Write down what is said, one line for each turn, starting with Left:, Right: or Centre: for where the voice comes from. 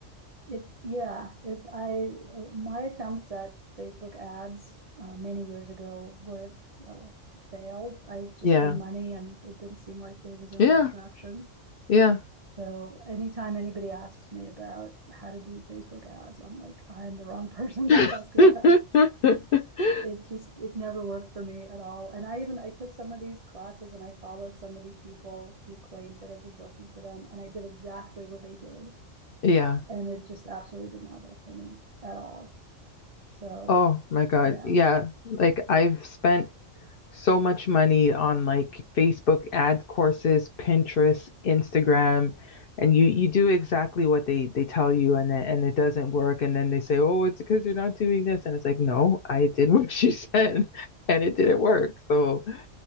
Right: It, yeah, it, I, my attempts at Facebook ads, uh, many years ago were, uh, failed. I just
Left: Yeah.
Right: spent money and it didn't seem like there was any
Left: Yeah.
Right: traction.
Left: Yeah.
Right: So anytime anybody asks me about how to do Facebook ads, I'm like, I'm the wrong <laughs> person
Left: <laughs>
Right: to ask that. it just it never worked for me at all and i even i took some of these classes and i followed some of these people who claimed that it was working for them and i did exactly what they did
Left: Yeah.
Right: and it just absolutely did not work for me at all so
Left: Oh my God.
Right: yeah
Left: Yeah. Like I've spent so much money on like Facebook ad courses, Pinterest, Instagram, and you you do exactly what they they tell you and it, and it doesn't work and then they say, "Oh, it's because you're not doing this." And it's like, "No, I did <laughs> what she said." And it didn't work. So,